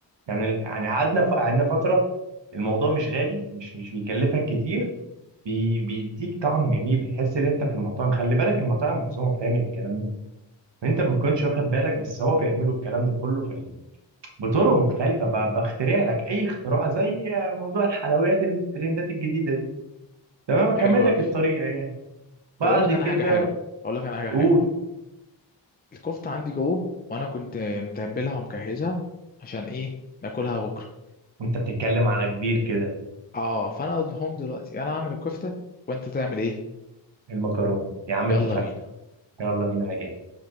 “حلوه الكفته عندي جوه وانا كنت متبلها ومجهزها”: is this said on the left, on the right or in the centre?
Left